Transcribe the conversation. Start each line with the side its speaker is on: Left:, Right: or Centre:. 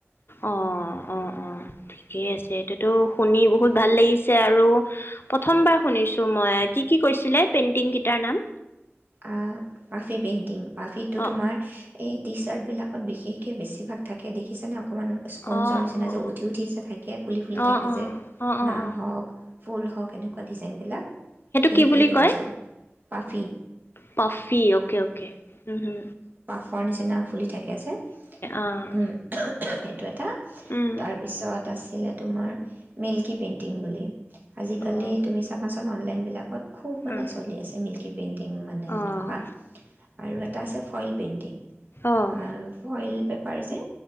Left: অ' অ' অ' ঠিকেই আছে, এইটো টো শুনি বহুত ভাল লাগিছে আৰু আৰু প্ৰথমবাৰ শুনিছো। তো মই কি কি কৈছিলে পেইন্টিং কেইটাৰ নাম?
Right: আ পাফি পেইণ্টিং পাফিটো
Left: অ',
Right: তোমাৰ
Left: অ'।
Right: এই টি চাৰ্ট বিলাকত বিশেষকৈ বেছিভাগ থাকে দেখিছেনে? অকণমান স্পঞ্জৰ
Left: অ',
Right: নিচিনা
Left: অ', অ',
Right: যে উঠি উঠি যে থাকে, ফুলি ফুলি
Left: অ',
Right: থাকে
Left: অ',
Right: যে,
Left: অ', অ',
Right: নাম
Left: অ',
Right: হওক ফুল হওক এনেকুৱা ডিজাইন। বিলাক সেই
Left: কি বুলি
Right: সেইটো
Left: কয়
Right: বস্তু। পাফি।
Left: পফি, অ'কে অ'কে উম হু
Right: ফৰ নিচিনা ফুলি থাকে যে
Left: অ',
Right: উম সেইটো এটা
Left: উম,
Right: তাৰপিছত তাত আছিলে তোমাৰ মিল্কী পেইণ্টিং বুলি আজিকালি
Left: অ',
Right: তুমি চাবাচোন অনলাইনবিলাকত খুব মানে
Left: উম,
Right: চলি আছে মিল্কী পেইনটিং নে
Left: অ',
Right: এনেকোৱা আৰু এটা আছে ফইলট পেইণ্টিং। আৰু
Left: অ',
Right: কইল বেপাৰী যে